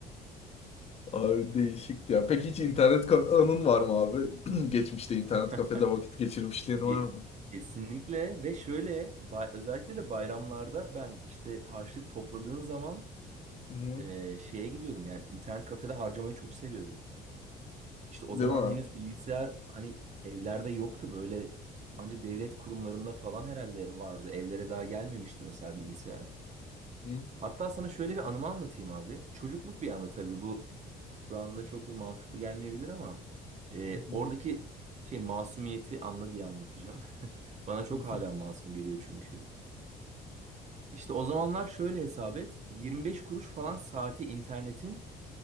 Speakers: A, on the left (about 40°); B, on the right (about 45°).
A: Abi değişikti ya. Peki hiç internet kafe anın var mı abi? <clears throat> Geçmişte internet
B: <laughs>
A: kafede vakit geçirmişliğin
B: Ye-
A: var
B: Kesinlikle ve şöyle bay- özellikle de bayramlarda ben işte harçlık topladığın zaman
A: mı?
B: e, şeye gidiyordum yani internet kafede harcamayı çok seviyordum. İşte o
A: Değil
B: zaman
A: mi?
B: henüz bilgisayar hani evlerde yoktu böyle anca devlet kurumlarında falan herhalde vardı. Evlere daha gelmemişti mesela bilgisayar.
A: Hı,
B: Hatta sana şöyle bir anımı anlatayım abi. Çocukluk bir anı tabii bu şu anda çok bir mantıklı gelmeyebilir ama e,
A: hı, hı,
B: oradaki şey masumiyeti anla diye anlatacağım. <laughs> Bana çok
A: hı.
B: hala
A: <laughs>
B: masum geliyor çünkü. İşte o zamanlar şöyle hesap et. 25 kuruş falan saati internetin